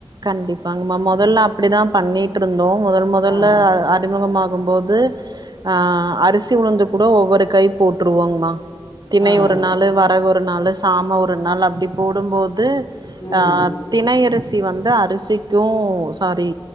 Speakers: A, on the right (about 50°); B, on the left (about 35°).
A: கண்டிப்பாங்கம்மா மொதல்ல அப்டிதான் பண்ணிட்டு இருந்தோம் மொதல் மொதல்ல
B: ஆ
A: அறிமுகமாகும் போது து ஆ அரிசி உழுந்து கூட ஒவ்வொரு கை போட்டுருவோங்ம்மா தினை
B: ஆ
A: ஒரு நாள் ளு வரகு ஒரு நாளு சாம ஒரு நாள் அப்டி போடும்போது
B: ம்
A: அ தினையரிசி வந்து அரிசிக்கும் சாரி